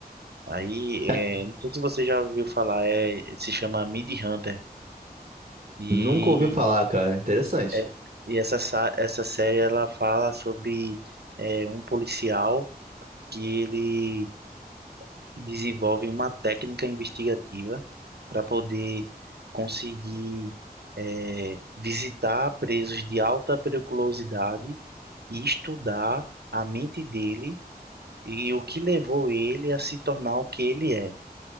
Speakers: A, on the right; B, on the right.
A: Aí, é,
B: É-
A: não sei se você já ouviu falar, é, se chama Mid Hunter. E,
B: Nunca ouvi falar, cara. Interessante.
A: é, e essa, sa- essa série ela fala sobre é, um policial que ele desenvolvem uma técnica investigativa para poder conseguir é, visitar presos de alta periculosidade e estudar a mente dele e o que levou ele a se tornar o que ele é.